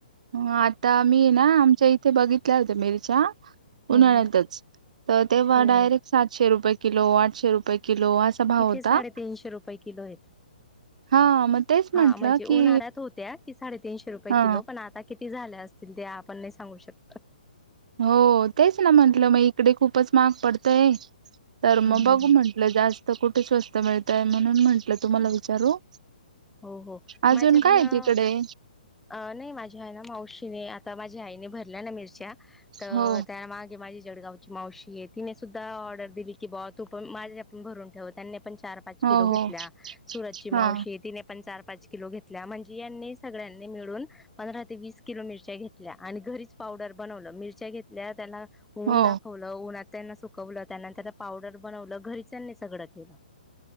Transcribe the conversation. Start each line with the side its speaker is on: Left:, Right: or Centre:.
Right: हा आता मी ना आमच्या इथे बघितल्या होत्या मिरच्या
Centre: हम्म
Right: उन्हाळ्यातच
Centre: हम्म
Right: तर तेव्हा
Centre: हो
Right: डायरेक्ट
Centre: हो
Right: सातशे रुपये किलो आठशे रुपये. किलो असा भाव
Centre: इथे
Right: होता
Centre: साडेतीनशे रुपये किलो आहेत.
Right: हा मग तेच
Centre: हा
Right: म्हंटलं
Centre: म्हणजे
Right: की
Centre: उन्हाळ्यात होत्या की साडेतीनशे रुपये
Right: हा
Centre: किलो पण आता किती झाल्या असतील ते आपण नाही सांगू शकत
Right: हो तेच ना म्हंटलं मग इकडे खूपच माहाग पडतय. तर
Centre: हम्म
Right: मग
Centre: हम्म
Right: बघू
Centre: हम्म
Right: म्हंटलं जास्त कुठे स्वस्त मिळतय म्हणून म्हंटलं तुम्हाला
Centre: हम्म
Right: विचारू
Centre: हो हो
Right: अजून
Centre: माझ्या पण
Right: काय आहे
Centre: अ
Right: तिकडे
Centre: नाही माझ्या आहे ना मावशीने आ ता माझ्या आईने भरल्या ना मिरच्या तर
Right: हो
Centre: त्या मागे माझी जडगावची मावशी तिने सु धा ऑर्डर दिली की बा तू पण माझ्या पण भरून ठेव त्यांनी पण चार पाच
Right: हो
Centre: किलो घेतल्या.
Right: हो
Centre: सुरत ची
Right: हा
Centre: मावशीये तिने पण चार पाच किलो घेतल्या म्हणजे यांनी सगळ्यांनी मिळून पंधरा ते वीस किलो मिरच्या घेतल्या आणि घरीच पा पावडर बनवलं, मिरच्या घेतल्या, त्यांना ऊन
Right: हो
Centre: दाखवलं, उन्हात, त्यांना सुकवलं त्यांनंतरन पावडर बनवलं घरीच त्यांनी सगळं केलं.